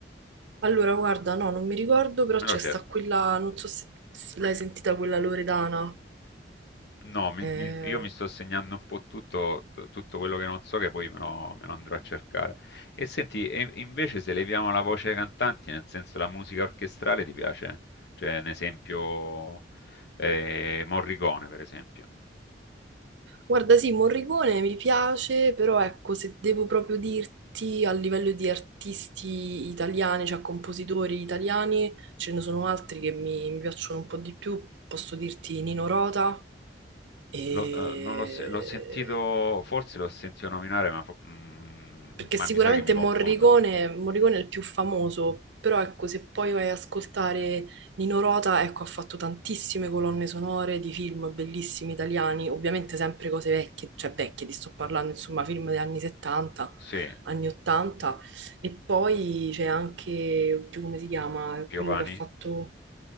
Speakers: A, on the right; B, on the left.
A: Allora, guarda, no, non mi ricordo, però
B: Me
A: c'è
B: lo cerco.
A: sta quella, non so se l'hai sentita quella Loredana,
B: No, mi-
A: eh,
B: mi- io mi sto segnando un po' tutto, t- tutto quello che non so che poi me lo, me lo andrò a cercare. E senti, e invece se leviamo la voce ai cantanti, nel senso la musica orchestrale ti piace? Cioè, un esempio, eh, Morricone, per esempio.
A: Guarda, sì, Morricone mi piace, però ecco, se devo proprio dirti a livello di artisti italiani, cioè compositori italiani, ce ne sono altri che mi, mi piacciono un po' di più. Posso dirti Nino Rota e
B: Lo- eh, non l'ho se- l'ho sentito, forse l'ho sentito nominare, ma, fo- mm,
A: Perché
B: ma
A: sicuramente
B: mi sa che mi confondo.
A: Morricone, Morricone è il più famoso, però ecco, se poi vai ad ascoltare Nino Rota, ecco, ha fatto tantissime colonne sonore di film bellissimi italiani, ovviamente sempre cose vecchie, cioè vecchie, ti sto parlando, insomma, film degli anni 70,
B: Sì,
A: anni 80, e poi c'è anche, oddio, come si chiama,
B: Piovani.
A: quello che ha fatto...